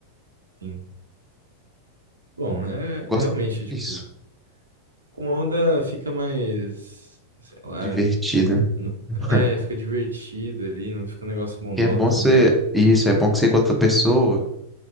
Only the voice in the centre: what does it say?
Gosto
disso.
Divertido, né?
<laughs>
E é bom ser.
Isso, é bom que você com outra pessoa,